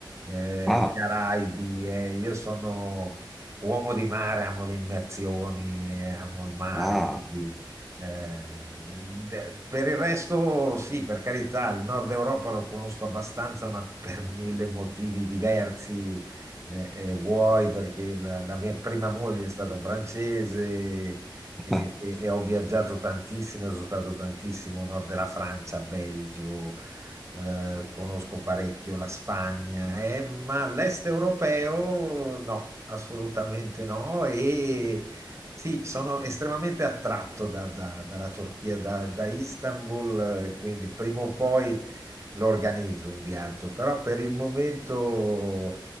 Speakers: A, on the right; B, in the centre.
A: eh,
B: Ah,
A: i Caraibi, eh, io sono uomo di mare, amo le immersioni, eh, amo il mare,
B: ah,
A: quindi... eh, de- per il resto, sì, per carità, il nord Europa lo conosco abbastanza, ma per mille motivi diversi eh, eh, vuoi perché la, la mia prima moglie è stata francese
B: <laughs>
A: e, e- e ho viaggiato tantissimo, sono stato tantissimo nord della Francia, Belgio, eh, conosco parecchio la Spagna, eh, ma l'est europeo no, assolutamente no. E sì, sono estremamente attratto da- da- dalla Turchia, da, da Istanbul, eh, quindi prima o poi lo organizzo un viaggio, però per il momento,